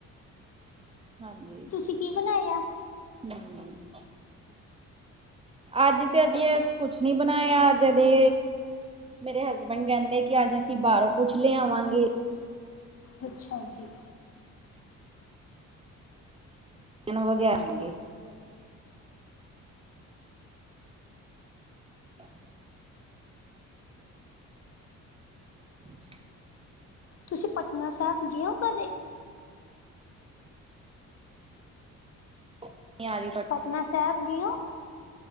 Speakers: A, on the right; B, on the left.
A: ਹਾਂਜੀ
B: ਤੂੰ ਕੀ ਬਣਾਇਆ।
A: ਹਮ ਮ ਅੱਜ ਤੇ ਅਜੇ ਅਂ ਕੁਛ ਨੀ ਬਣਾਇਆ ਅੱਜਦੇ ਮੇਰੇ ਹਸਬੈਂਡ ਕਹਿੰਦੇ ਕਿ ਅੱਜ ਅਸੀਂ ਬਾਹਰੋਂ ਕੁੱਛ ਲਿਆਵਾਂਗੇ।
B: ਅੱਛਾ ਜੀ।
A: ਨੋ ਵੱਜੇ ਆਂਗੇ ਹ ਚ
B: ਤੁਸੀਂ ਪਟਨਾ ਸਾਹਿਬ ਗਏ ਹੋ ਕਦੇ।
A: ਨ ਯਾਰੀ
B: ਪਟਨਾ ਸਾਹਿਬ ਗਏਹੋ।